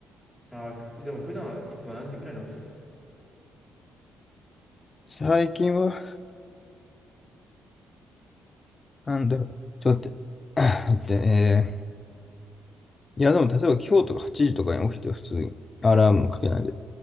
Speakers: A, in the centre; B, on the left (about 25°).
A: ああ、ふでも普段はいつも何時くらいに起きてんの
B: 最近はなんだろう。ちょっと待って。<clears throat> あ待って、えー、いや、でも、例えば今日とか8時とかに起きて普通にアラームもかけないで。